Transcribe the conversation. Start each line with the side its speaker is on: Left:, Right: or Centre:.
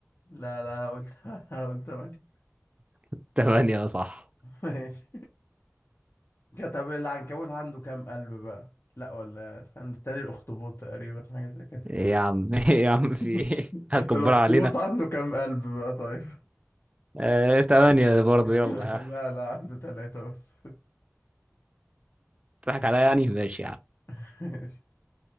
Left: لا لا قلت <laughs> قلت تمانية
Right: <laughs> تمانية آه، صح
Left: ماشي طب العنكبوت عنده كام قلب بقى لا ولا استنى تاني الأخطبوط تقريبا حاجة زي كده
Right: ايه يا عم <laughs> ايه يا عم في
Left: <laughs>
Right: ايه هتكبر
Left: الأخطبوط
Right: علينا
Left: عنده كام قلب بقى طيب
Right: آه... تمانية برضه
Left: <laughs>
Right: يلا ها
Left: لا لا عنده تلاتة بس
Right: تضحك عليا يعني ماشي يا عم
Left: <laughs> ماشي